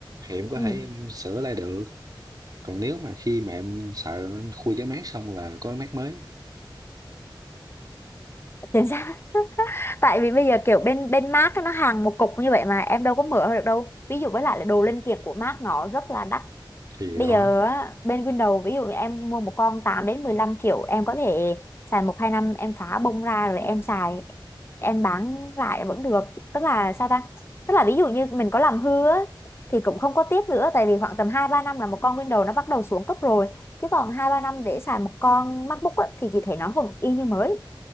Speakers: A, on the right (about 50°); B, on the left (about 30°).
A: thì em có
B: Ừ.
A: thể em sửa lại được còn nếu mà khi mà em sợ em khui cái mát xong là có cái mát mới
B: chính xác <laughs> tại vì bây giờ kiểu bên bên Mac á, nó hàng một cục như vậy mà em đâu có mở được đâu ví dụ với lại là đồ linh kiện của Mac nó rất là đắt
A: thì
B: Bây
A: đó
B: giờ á, bên Windows ví dụ như em mua một con tám đến mười lăm triệu em có thể xài một hai năm em phá bông ra rồi em xài em bán lại vẫn được tức là sao ta tức là ví dụ như mình có làm hư á, thì cũng không có tiếc nữa tại vì khoảng tầm 2 3 năm là một con Windows nó bắt đầu xuống cấp rồi chứ còn 2 3 năm để xài một con MacBook á, thì chị thấy nó vẫn y như mới